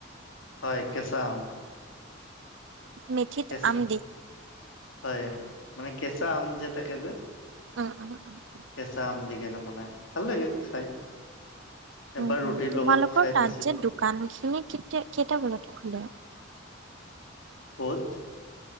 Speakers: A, on the left; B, on the right.
A: হয় কেঁচা আম।
B: মেথিত
A: কেঁচা
B: আম দি।
A: হয়, মানে কেঁচা আম যে থাকে যে।
B: অ', অ', অ'।
A: কেঁচা আম দি, কেনে বনাই। ভাল লাগে খাই, এবাৰ
B: উম উম
A: ৰুটিৰ
B: তোমালোকৰ
A: লগত খাই
B: তাত
A: পাইছিলোঁ।
B: যে দোকান খিনি কেতিয়া, কেইটা বজাত খোলে।
A: ক'ত?